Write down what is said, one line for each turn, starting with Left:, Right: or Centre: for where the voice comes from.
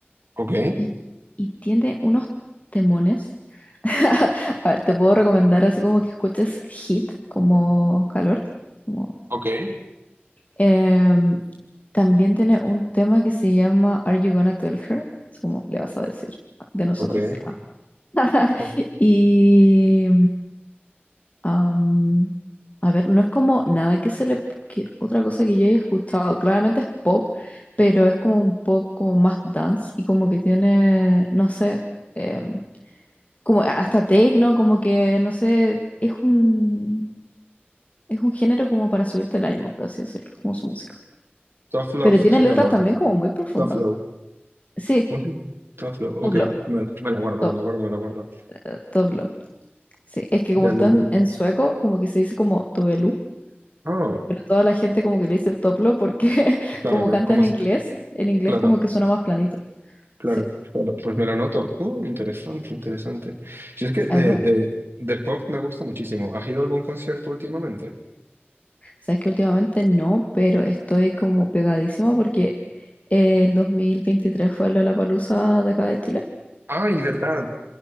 Right: ok,
Left: y, y tiene unos temones. <laughs> A ver, te puedo recomendar así como que escuches Hit, como calor. como-
Right: ok,
Left: Em, también tiene un tema que se llama Are You Gonna Tell Her? Es como le vas a decir de nosotros.
Right: ok.
Left: Ah. <laughs>
Right: Oh,
Left: Y Am, a ver, no es como nada que se le... que otra cosa que yo haya escuchado, claramente es pop, pero es como un pop como más dance y como que tiene, no sé, em, como hasta techno, como que, no sé, es un, es un género como para subirte el ánimo, por así decirlo, como su música.
Right: Tough Love
Left: Pero tiene
Right: se
Left: letras
Right: llama.
Left: también como muy profundas.
Right: Tough Love.
Left: Sí,
Right: ¿Cómo se llama? Tough Love, ok.
Left: toblo,
Right: Me, la me la guardo,
Left: to,
Right: me la guardo, me la guardo.
Left: eh, toblo, sí. Es que como
Right: Ya
Left: están
Right: la tengo.
Left: en sueco, como que se dice como tobelu.
Right: Ah,
Left: Pero toda la gente como que le dice toplo porque <laughs>
Right: claro,
Left: como
Right: pero
Left: canta
Right: ¿cómo
Left: en
Right: se-
Left: inglés, en inglés
Right: Claro.
Left: como que suena más planito.
Right: Claro,
Left: Sí.
Right: claro. Pues me lo anoto. Uh, interesante, interesante. Si es que de,
Left: A mí me-
Right: de, de pop me gusta muchísimo. ¿Has ido a algún concierto últimamente?
Left: sabes que últimamente no, pero estoy como pegadísima porque el 2023 fue la palusa de acá de Chile.
Right: Ay, ¿verdad?